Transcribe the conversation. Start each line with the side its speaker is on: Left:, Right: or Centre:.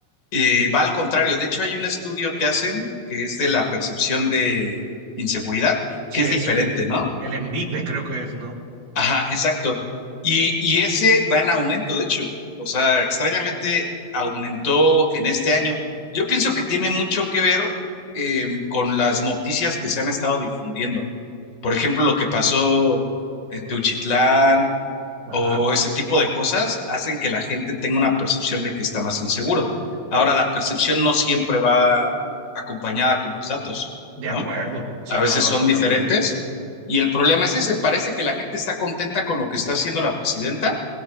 Left: eh, va al contrario. De hecho, hay un estudio que hacen que es de la percepción de inseguridad,
Right: Sí,
Left: que es
Right: es
Left: diferente,
Right: el,
Left: ¿no?
Right: el ENVIPE, creo que es, ¿no?
Left: Ajá, exacto. Y, y ese va en aumento, de hecho. O sea, extrañamente aumentó en este año. Yo pienso que tiene mucho que ver eh, con las noticias que se han estado difundiendo. Por ejemplo, lo que pasó en Teuchitlán
Right: Ajá.
Left: o ese tipo de cosas hacen que la gente tenga una percepción de que está más inseguro. Ahora, la percepción no siempre va acompañada con los datos,
Right: De
Left: ¿no?
Right: acuerdo, sí,
Left: a veces
Right: claro,
Left: son
Right: totalmente.
Left: diferentes. Y el problema es ese, parece que la gente está contenta con lo que está haciendo la presidenta,